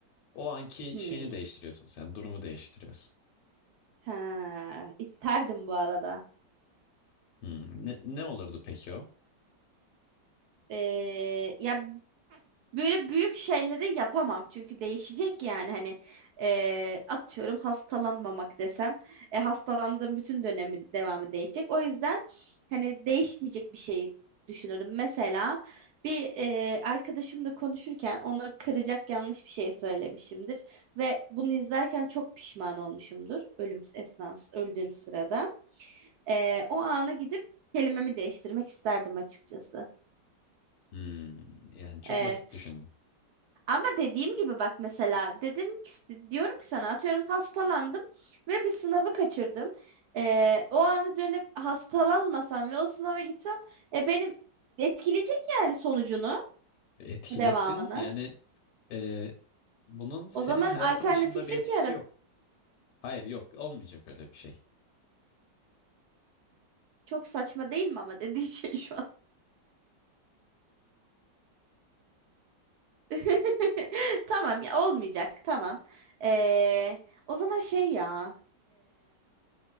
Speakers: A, on the left (about 75°); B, on the right (about 70°).
A: o anki
B: Hmm.
A: şeyini değiştiriyorsun sen, durumu değiştiriyorsun.
B: Ha, isterdim bu arada.
A: Hmm, ne, ne olurdu peki o?
B: Ee, ya Böyle büyük şeyleri yapamam çünkü değişecek yani hani e, atıyorum hastalanmamak desem e, hastalandığım bütün dönemi devamı değişecek. O yüzden hani değişmeyecek bir şey düşünürüm. Mesela bir e, arkadaşımla konuşurken ona kıracak yanlış bir şey söylemişimdir ve bunu izlerken çok pişman olmuşumdur ölüm esnası öldüğüm sırada. E, o ana gidip kelimemi değiştirmek isterdim açıkçası.
A: Hmm, yani çok
B: Evet.
A: basit düşündüm.
B: Ama dediğim gibi bak mesela dedim ki diyorum ki sana atıyorum hastalandım ve bir sınavı kaçırdım. Ee, o anı dönüp hastalanmasam ve o sınava gitsem e, benim etkileyecek yani sonucunu,
A: Etkilesin
B: devamını.
A: yani e, bunun senin
B: O zaman
A: hayatın
B: alternatiflik
A: dışında bir etkisi
B: yarat.
A: yok. Hayır yok olmayacak öyle bir şey.
B: Çok saçma değil mi ama dediğin şey şu an. <laughs> Tamam ya olmayacak tamam. Ee, o zaman şey ya